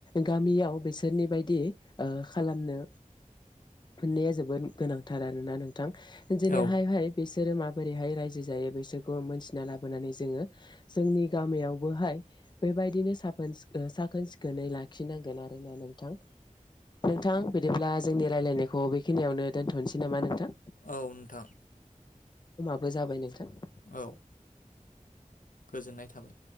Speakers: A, on the left; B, on the left.
A: गामियाव बिसोरनि बायदि ओ खालामनो मोननाया जोबोद गोनांथार आरोना नोंथां। जेनोहाय
B: औ
A: हाय हाय बिसो धोरोमा बोरैहाय रायजो जायो बिसोरखौ मोनथिना लाबोनानै जोङो जोंनि गामियावबोहाय बेबायदिनो साफोन सिखोन साखोन सि खोनै लाखिनांगोन आरोना नोंथां नोंथां बिदिब्ला जोंनि रायज्लायनाय खौ बेखिनियावनो दोनथनोसै नामा नोंथां
B: औ नोंथां
A: बो जाबाय नोंथां
B: औ गोजोननाय थाबाय